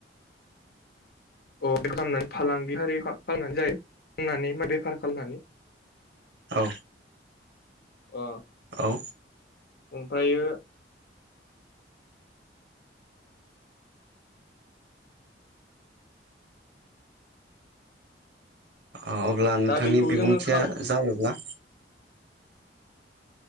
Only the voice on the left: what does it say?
<unintelligible> खालामनानै जायो फाननानै मा बेफार खालामनानै
अ
ओमफ्रायो
दा बेखौ
जोङो खाल